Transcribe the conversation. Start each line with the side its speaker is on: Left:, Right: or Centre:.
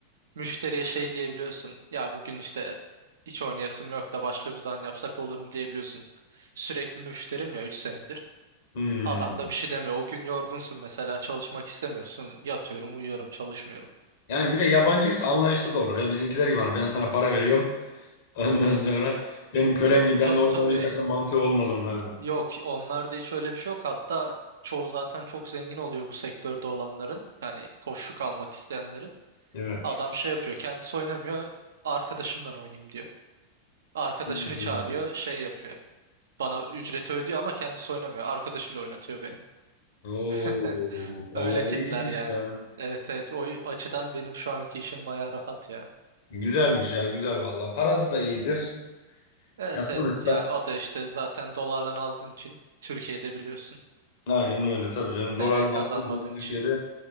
Right: müşteriye şey diyebiliyorsun. Ya bugün işte hiç oynayasım yok da başka bir zaman yapsak olur mu diyebiliyorsun. Sürekli müşterim ya 3 senedir.
Left: Hmm.
Right: Adam da bir şey demiyor. O gün yorgunsun mesela çalışmak istemiyorsun. Yatıyorum, uyuyorum, çalışmıyorum.
Left: Yani bir de yabancıyız anlayışlı da olur. Ya bizimkiler gibi hani ben sana para veriyorum. Ondan sonra benim kölem gibi benimle
Right: Tabii
Left: oyun
Right: tabii.
Left: oynayacaksan mantığı olmaz onlarda.
Right: Yok onlarda hiç öyle bir şey yok. Hatta çoğu zaten çok zengin oluyor bu sektörde olanların. Yani koçluk almak isteyenlerin.
Left: Evet.
Right: Adam şey yapıyor. Kendisi oynamıyor. Arkadaşımdan oynayayım diyor. Arkadaşını
Left: Hmm.
Right: çağırıyor. Şey yapıyor. Bana ücreti ödüyor ama kendisi oynamıyor. Arkadaşıyla oynatıyor beni.
Left: Oo,
Right: <laughs>
Left: vallahi
Right: Öyle tipler
Left: iyiymiş
Right: yani.
Left: ya.
Right: Evet evet. O açıdan benim şu anki işim baya rahat ya.
Left: Güzelmiş ya, güzel vallahi. Parası da iyidir.
Right: Evet
Left: Ya sonuçta
Right: evet ya o da işte zaten dolarla aldığın için Türkiye'de biliyorsun.
Left: aynen öyle tabii canım.
Right: TL
Left: Dolarla
Right: kazanmadığın
Left: aldığın zaman Türkiye'de
Right: için.